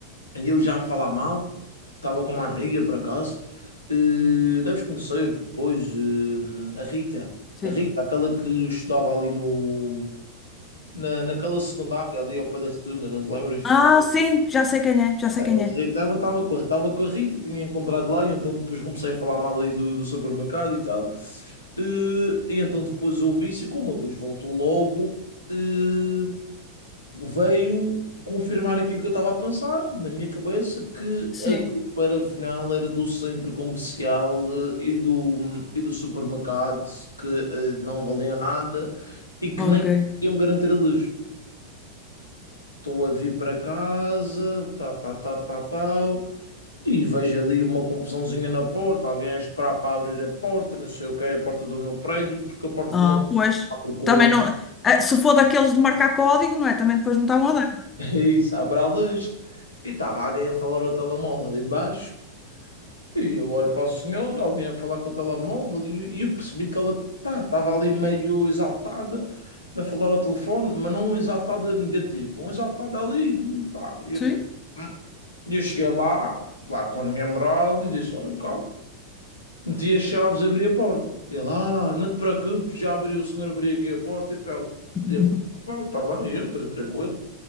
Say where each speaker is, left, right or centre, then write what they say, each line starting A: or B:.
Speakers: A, on the left (about 80°); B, on the left (about 20°).
A: E eu já a falar mal, estava com uma amiga por acaso, eh, deves conhecer depois eh, a Rita,
B: sim.
A: a Rita, aquela que estudava ali no, na, naquela secundária, ali ao pé da Rotunda, não te lembras?
B: Ah, sim, já sei quem é, já sei
A: A
B: quem é.
A: Rita estava com, estava com a Rita, tinha encontrado lá, e então depois comecei a falar mal aí do, do supermercado e tal. Eh, E, então depois ouvi-se, como a luz voltou logo, eh, veio confirmar aquilo que eu estava a pensar na minha cabeça, que
B: Sim.
A: a para final era do centro comercial eh, e do, e do supermercado que eh, não valiam nada e que
B: Ok.
A: nem iam garantir a luz. Estou a vir para casa, tá, tá, tá, tá, tal, e vejo ali uma confusãozinha na porta, alguém a esperar para abrir a porta, não sei o que é a porta do meu prédio, porque a porta
B: Ah,
A: do meu prédio
B: pois.
A: com
B: Também
A: um
B: não. ah, Se for daqueles de marcar código, não é? Também depois não estavam a dar.
A: <laughs> isso, abre a luz. E estava alguém a falar ao telemóvel ali embaixo. E eu olho para o senhor, alguém a falar com o telemóvel, e, e eu percebi que ela, pá, estava ali meio exaltada a falar ao telefone, mas não um exaltada negativo, um exaltada ali, pá. E
B: Sim.
A: eu, pensei, "Hum." E eu cheguei lá, lá com a minha moral, e disse: Olha, calma. Meti as chaves, abri a porta. E ele, ah, não te preocupes, já abriu, o senhor abriu aqui a porta e tal.
B: <laughs>
A: E eu, ah, tá bem, entra, tranquilo,